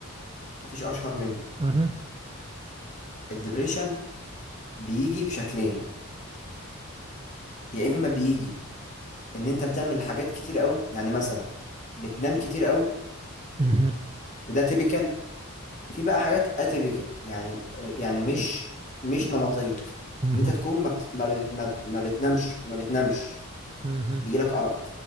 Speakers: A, on the left; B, on the right.
A: مفيش اشهر منه
B: مهم.
A: الدبريشن بيجي بشكلين يا اما بيجي ان انت بتعمل حاجات كتير قوي يعني مثلا بتنام كتير قوي
B: مهم.
A: وده تيبيكال في بقى حاجات اتيبيكال يعني يعني مش مش نمطيه
B: مهم.
A: ان انت تكون ما, بت... ما, بت... ما, بت... ما بتنامش ما بتنامش
B: مهم.
A: بيجيلك ارق